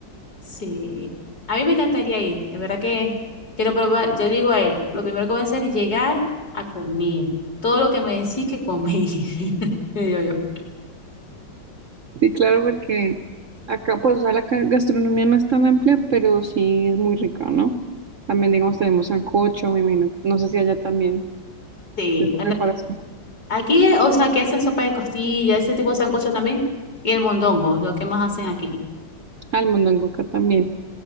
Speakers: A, on the left; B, on the right.
A: Sí, a mí me encantaría ir, de verdad que quiero probar. Yo digo a él, lo primero que voy a hacer es llegar a comer todo lo que me decís que comí. <laughs> Digo yo.
B: Sí, claro, porque acá pues o sea, la ca- gastronomía no es tan amplia, pero sí es muy rica, ¿no? También digamos tenemos sancocho, me imagino, no sé si allá también
A: Sí,
B: de esa preparación prepara
A: Aquí, eh, o sea, que hacen sopa de costilla, ese tipo de sancocho también, y el mondongo, es lo que más hacen aquí.
B: al mondongo acá también.